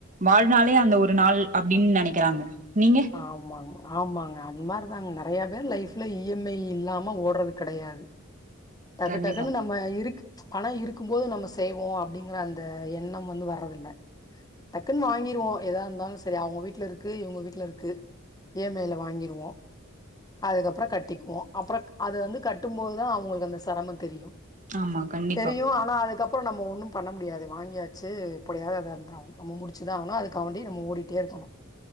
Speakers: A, on the right (about 40°); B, on the left (about 20°).
A: வாழ்நாளே அந்த ஒரு நாள் அப்டின் நெனைக்கறாங்க நீங்க
B: ஆமாங்க ஆமாங்க அந் மாரி தாங்க நெறைய பேர் லைஃப்ல இ எம் ஐ இல்லாம ஓடறது கெடையாது டக்கு
A: கண்டிப்பா
B: டக்குன் நம் ம இருக் பண இருக்கு போது நம்ம செய்வோ அப்டிங்கற அந்த எண்ணம் வந்து வர்றதில்ல டக்குன் வாங்கிருவோ எதா இருந்தாலு செரி அவங்க வீட்ல இருக்கு இவுங்க வீட்ல இருக் கு இ எம் ஐ ல வாங்கிருவோ அதுக்கப்பற கட்டிக்குவோ அப்பறக் அது வந்து கட்டும்போதுதா அவுங்களுக்கு அந்த செரம தெரியும்
A: ஆமா கண்டிப்பா
B: தெரியு ஆனா அதுக்கப்பறம் நம்ம ஒண்ணும் பண்ண முடியாது வாங்கியாச்சு இப்டியாவது அத <unintelligible> நம்ம முடிச்சுதா ஆவனு அதுக்காவண்டி நம்ம ஓடிட்டே இருக்கனு